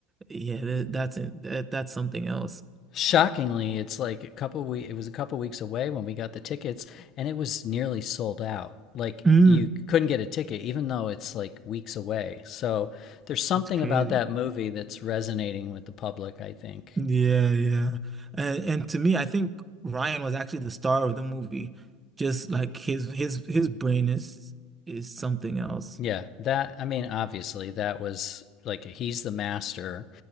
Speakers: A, on the right; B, on the left.
A: yeah, th that's it. That, that's something else.
B: shockingly, it's like a couple we it was a couple weeks away when we got the tickets and it was nearly sold out. Like
A: Mm,
B: you couldn't get a ticket even though it's like weeks away. So there's something
A: that's crazy.
B: about that movie that's resonating with the public, I think.
A: Yeah, yeah. And and to me, I think Ryan was actually the star of the movie. Just like his his his brain is is something else.
B: Yeah, that I mean, obviously that was like he's the master